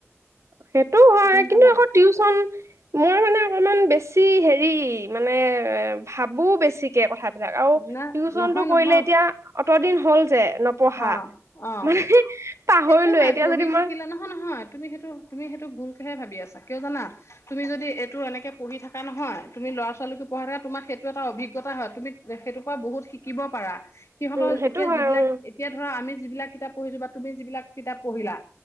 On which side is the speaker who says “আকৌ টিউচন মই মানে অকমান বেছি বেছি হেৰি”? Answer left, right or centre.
Right